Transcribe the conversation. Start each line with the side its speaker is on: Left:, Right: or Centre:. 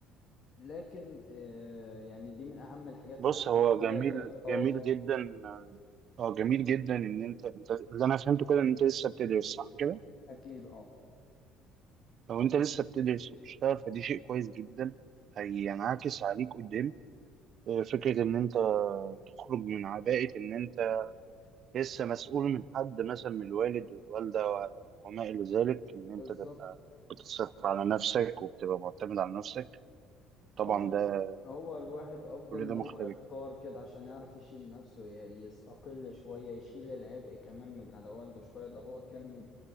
Left: لكن آه، يعني دي من اهم الحاجات
Right: بص
Left: اللي انا اتعلمتها
Right: هو جميل
Left: ك- التواصل
Right: جميل جدا اه جميل جدا ان انت انت اللي انا فهمته كده ان انت لسه بتدرس صح كده
Left: اكيد اه
Right: لو انت لسه بتدرس وبتشتغل فدي شيء كويس جدا هينعكس عليك قدام فكرة إن أنت تخرج من عباءة إن أنت لسه مسؤول من حد مثلا من الوالد والوالدة و- وما إلى ذلك إن أنت
Left: بالظبط
Right: تبقى بتصرف على نفسك وبتبقى معتمد على نفسك طبعا
Left: اول
Right: ده
Left: هو الواحد افضل
Right: كل
Left: ان
Right: ده
Left: هو
Right: مختلف
Left: يختار كده عشان يعرف يشيل نفسه ي- يستقل شوية يشيل العبء كمان من على والده شوية لو هو كان